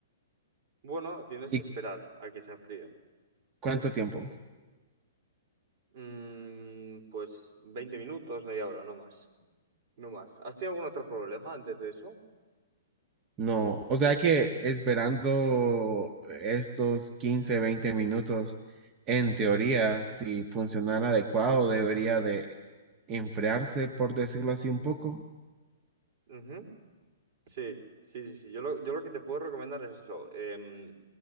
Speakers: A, on the right (about 50°); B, on the right (about 30°).
A: Bueno, tienes
B: ¿Y
A: que esperar a que se enfríe.
B: cuánto tiempo?
A: Mm, pues 20 minutos, media hora, no más. No más. ¿Has tenido algún otro problema antes de eso?
B: No, o sea que esperando estos 15 20 minutos, en teoría, si funcionara adecuado, debería de enfriarse, por decirlo así, un poco.
A: Ujú. Sí, sí, sí, sí. Yo lo, yo lo que te puedo recomendar es eso. Em,